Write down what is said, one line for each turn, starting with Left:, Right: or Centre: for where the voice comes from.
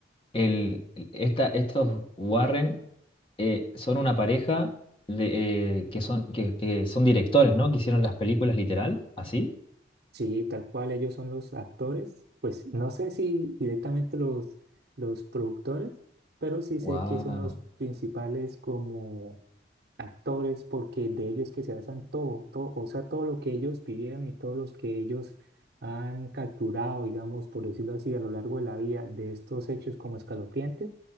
Left: El, esta, estos Warren eh, son una pareja de, eh, que son, que, que son directores, ¿no? Que hicieron las películas literal, así.
Right: Sí, tal cual ellos son los actores, pues no sé si directamente los, los productores, pero sí sé
Left: Wow,
Right: que son los principales como actores porque de ellos que se basan todo, todo, o sea, todo lo que ellos pidieron y todos los que ellos han capturado, digamos, por decirlo así, a lo largo de la vida de estos hechos como escalofriantes,